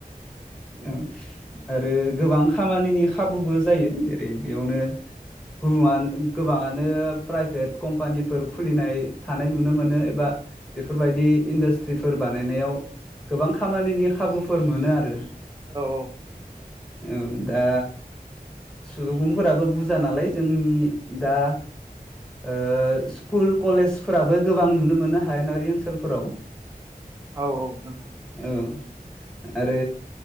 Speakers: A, in the centre; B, on the right.
A: औ आरो गोबां खामानिनि खाबुबो जायो जेरै बेयावनो गुबङा गोबाङानो प्राइभेट कम्पानिफोर खुलिनाय थानाय नुनो मोनो एबा बेफोरबायदि इन्डास्ट्रिफोर बानायनायाव गोबां खामानिनि खाबुफोर मोनो आरो
B: औ - औ
A: औ दा सुबुंफोराबो बुरजा नालाय जोंनि दा ओ स्कुल कलेजफोराबो गोबां नुनो मोनो हायेनारि ओनसोलफोराव
B: औ - औ नोंथां
A: औ आरो